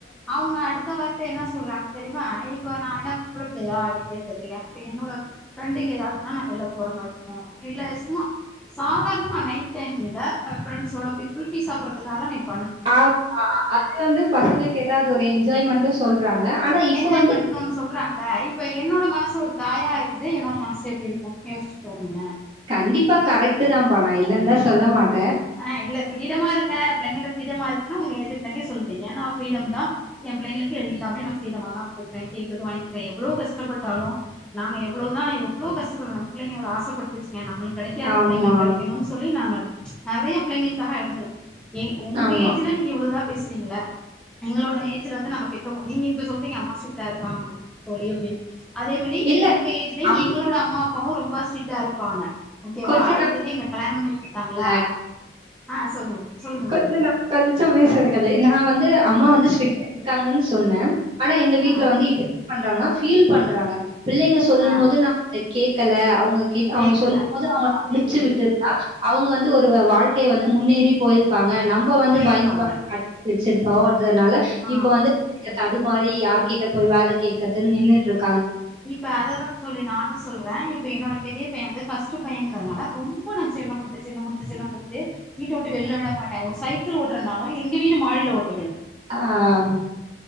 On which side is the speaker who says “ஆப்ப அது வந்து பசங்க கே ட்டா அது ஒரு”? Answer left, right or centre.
Right